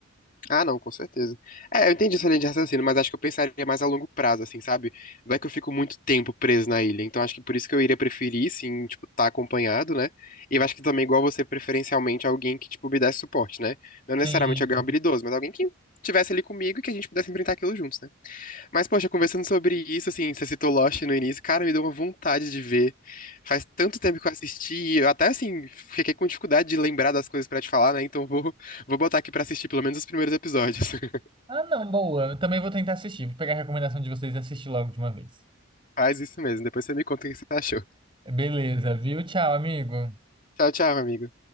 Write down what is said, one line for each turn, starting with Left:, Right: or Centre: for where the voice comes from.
Left: Ah, não, com certeza. É, eu entendi essa linha de raciocínio, mas acho que eu pensaria mais a longo prazo, assim, sabe? Vai que eu fico muito tempo preso na ilha, então acho que por isso que eu iria preferir, sim, tipo, estar acompanhado, né? E eu acho que também, igual você, preferencialmente, alguém que, tipo, me desse suporte, né? Não
Right: Sim.
Left: necessariamente alguém habilidoso, mas alguém que estivesse ali comigo e que a gente pudesse enfrentar aquilo juntos, né? Mas, poxa, conversando sobre isso, assim, você citou Lost no início, cara, me deu uma vontade de ver. Faz tanto tempo que eu assisti, e eu até, assim, fiquei com dificuldade de lembrar das coisas pra te falar, né? Então vou, vou botar aqui pra assistir pelo menos os primeiros episódios. <laughs>
Right: Ah, não, boa. Eu também vou tentar assistir. Vou pegar a recomendação de vocês e assistir logo de uma vez.
Left: Faz isso mesmo, depois você me conta o que você achou.
Right: Beleza, viu? Tchau, amigo.
Left: Tchau, tchau, amigo.